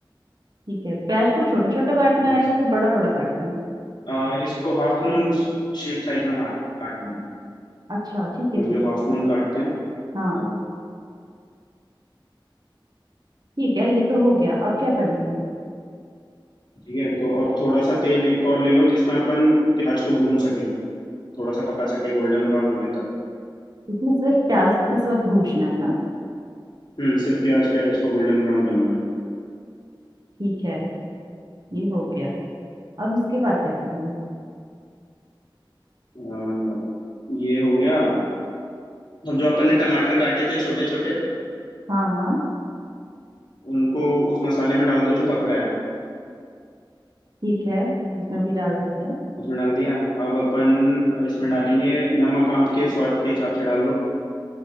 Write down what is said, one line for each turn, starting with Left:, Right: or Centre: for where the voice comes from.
Right: ठीक है प्याज को छोटा छोटा काटना
Left: अलग
Right: है या फिर
Left: से
Right: बड़ा बड़ा काटना है
Left: आ, इसको हाफ मून शेप साइज में काट काटना है
Right: अच्छा ठीक
Left: अपन
Right: है ठीक
Left: जो हाफ मून काटते हैं
Right: हाँ
Left: वो
Right: ठीक है ये तो हो गया अब क्या करना है
Left: ठीक है तो अब थोड़ा सा तेल एक और ले लो जिसमें अपन प्याज को भून सकें थोड़ा सा पका सके गोल्डन ब्राउन होने तक
Right: इसमें सिर्फ प्याज इस वक्त भूनना है ना
Left: हम्म सिर्फ प्याज प्याज को गोल्डन ब्राउन करना है
Right: ठीक है ये हो गया अब इसके बाद क्या करना है
Left: आ, ये हो गया अब जो अपन ने टमाटर काटे थे छोटे छोटे
Right: हाँ हाँ
Left: उनको उस मसाले में डाल दो जो पक रहा है
Right: ठीक है उसमें भी डाल देते हैं
Left: उसमें डाल दिया अब अपन इसमें डालेंगे नमक आपके स्वाद के हिसाब से डाल लो